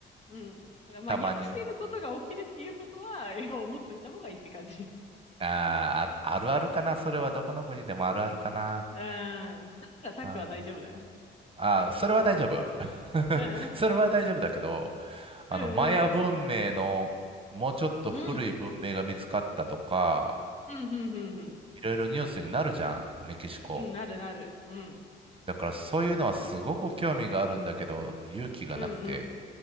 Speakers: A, on the left; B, on the right.
A: うん。だからまあ予期せぬことが起きるっていうことは、
B: たまにね。
A: <laughs> 今思っといた方がいいって感じ。
B: あーある、あるあるかな。それはどこの国でもあるあるかな。
A: うん。だからタックは大丈夫だよ。
B: うん。ああ、それは大丈夫。<laughs>
A: うん。
B: それは大丈夫だけど、あの、
A: うんうん。
B: マヤ文明のもうちょっと古い文明が見つかったとか、
A: うん。うん、うん、うん、うん。
B: いろいろニュースになるじゃん、メキシコ。
A: うん、なるなる。うん。
B: だからそういうのはすごく興味があるんだけど、勇気がなくて。
A: うん、うん。